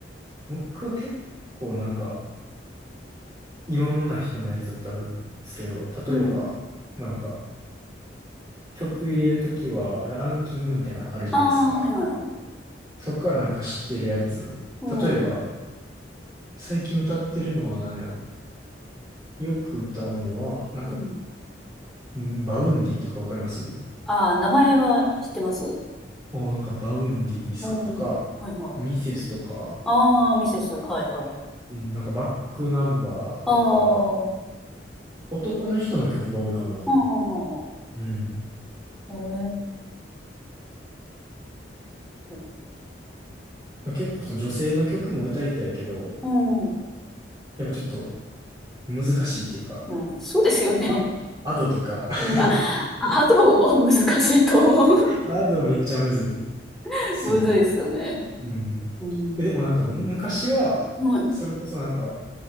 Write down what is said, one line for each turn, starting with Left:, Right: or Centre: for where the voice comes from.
Right: 僕は結構なんか、いろんな人のやつ歌うんですけど、
Centre: うん。
Right: 例えば、なんか、曲入れるときはランキングみたいなのあるじゃないですか。
Centre: ああ、はいはいはい。
Right: そっからなんか知ってるやつ。
Centre: うん。
Right: 例えば、最近歌ってるのは何やろ。よく歌うのは、なんか、
Centre: うん。
Right: んバウンディとかわかります
Centre: ああ、名前は知ってます。
Right: あーなんかバウンディさんとか、
Centre: うん。はいはい。
Right: ミセスとか、
Centre: ああ、ミセス。はいはい。
Right: うんなんかバックナンバーとか、
Centre: ああ、うん
Right: 男の人の曲が多いかな、でも。
Centre: うんうん
Right: うん。
Centre: うん。えー。
Right: 結構その女性の曲も歌いたいけど、
Centre: うん。
Right: やっぱちょっと難しいっていうか、
Centre: うん。そうですよね。
Right: あ、アドとか、
Centre: うん。あ、あとは難しいと思う。
Right: <laughs> アドめっちゃむずい。
Centre: <laughs>
Right: そう。
Centre: むずいですよね。
Right: うん。
Centre: うん。
Right: え、でもなんかむ昔は、
Centre: はい。
Right: それこそなんか、